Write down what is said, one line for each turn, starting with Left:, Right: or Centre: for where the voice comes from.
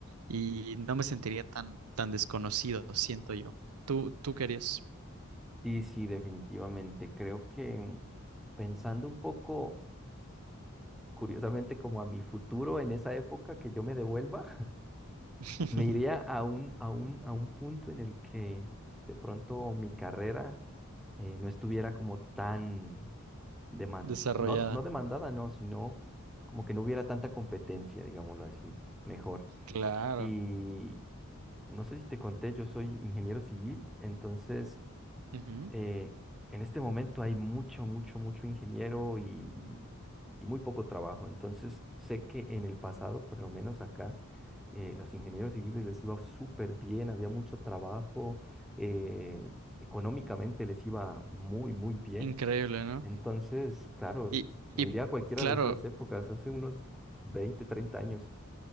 Right: Y no me sentiría tan, tan desconocido, siento yo. ¿Tú, tú querías?
Centre: Sí, sí, definitivamente. Creo que mm, pensando un poco, curiosamente, como a mi futuro en esa época que yo me devuelva.
Right: <laughs>
Centre: Me iría a un, a un, a un punto en el que de pronto mi carrera eh, no estuviera como tan deman-
Right: Desarrollada.
Centre: no, no demandada, no, sino como que no hubiera tanta competencia, digámoslo así, mejor.
Right: Claro.
Centre: Y no sé si te conté, yo soy ingeniero civil, entonces
Right: Ujú.
Centre: eh, en este momento hay mucho, mucho, mucho ingeniero y, y- y muy poco trabajo. Entonces, sé que en el pasado, por lo menos acá, eh, los ingenieros civiles les iba súper bien, había mucho trabajo, eh, económicamente les iba muy, muy bien.
Right: Increíble, ¿no?
Centre: Entonces, claro,
Right: Y, y
Centre: me iría a cualquiera
Right: claro,
Centre: de esas épocas, hace unos 20, 30 años.